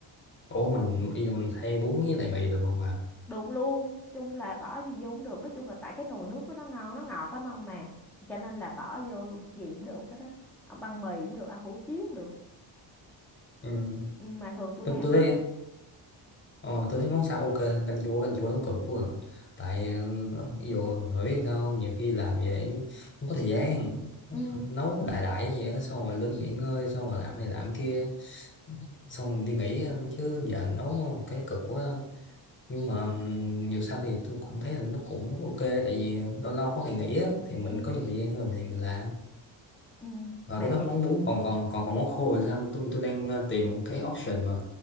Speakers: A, on the left (about 25°); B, in the centre.
A: ủa mình bây giờ mình thay bún với lại mì được không à
B: được luôn chung là bỏ gì vô cũng được nói chung là tại cái nồi nước của nó ngon nó ngọt lắm ông mà cho nên là bỏ vô gì cũng được hết á ông ăn mì cũng được ăn hủ tiếu cũng được
A: ừ.
B: Ừ, mà thường tôi
A: tôi
B: hay ăn
A: tôi thấy
B: bánh
A: ờ, tôi thấy món sao ok hơn canh chua canh chua nó cực quá à. tại ờ, ví dụ mà biết sao không? nhiều khi làm vậy không có thời gian
B: ừ,
A: nấu đại đại vậy đó, xong rồi lên nghỉ ngơi xong rồi làm này làm kia xong rồi đi nghỉ ờ, chứ giờ nấu cái cực quá à. nhưng mà ừm, dù sao thì tôi cũng thấy là nó cũng ok tại vì lâu lâu có ngày nghỉ á thì mình
B: ừ,
A: có nhiều thời gian hơn thì mình làm
B: ừ.
A: và
B: mà
A: cái đó
B: thiệt
A: món bún còn còn còn còn món khô thì sao tôi tôi đang ờ, tìm một cái option mà